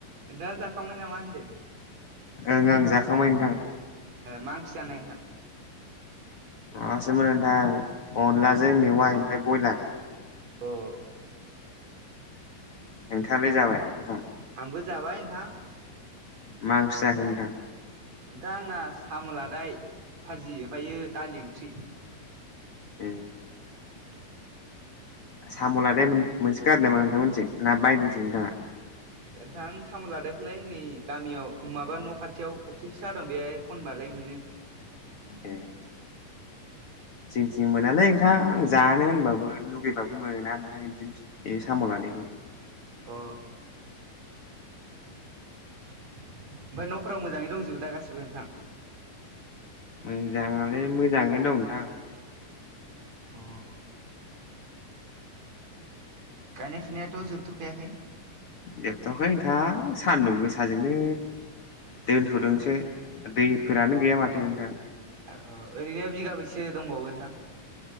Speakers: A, on the right; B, on the left.
A: दा जाखांबाय नामा होनदों
B: ओं ओं जाखांबाय नोंथां।
A: मा ओंख्रि जानाय नोंथां?
B: माबासोमोन नोंथां अनलाजों मेवाइ ओमफ्राय ब्रयलार।
A: अ
B: नोंथाङालाय जाबाय ओंखाम?
A: आंबो जाबाय नोंथां।
B: मा ओंख्रि जाखो नोंथां?
A: नोंथां आंना साम' लादाय भाजि ओफायो दालि ओंख्रि।
B: ए साम'लादाय मोन-मोनसोगारो नामा आरो नोंथांमोनथिं ना बायदोंसो नोंथाङा?
A: ओनथां साम' लादायखौलाय नै गामियाव माबा न' खाथियाव फख्रि फिसा दं बेयाय खनबालाय मोनो।
B: ए जोंथिं मोनालै नोंथां जानो होनबाबो लुगैबाबो मोना नोंथां इदि बुस्तु ए साम' ला बेखौ
A: अ ओमफाय न'फोराव मोजाङै दंजोबो दा गासिबो नोंथां?
B: मोजाङालाय मोजाङैनो दं थां।
A: अ गायनाय फुनायाथ' जोबथ'खायाखै?
B: जोबथावाखै नोंथां सानदुं गोसाजोंनो दोनथ'दोंसो दैफोरानो गैया माथो नोंथां।
A: औ ओरैनो बिगाबैसो दंबावो नोंथां?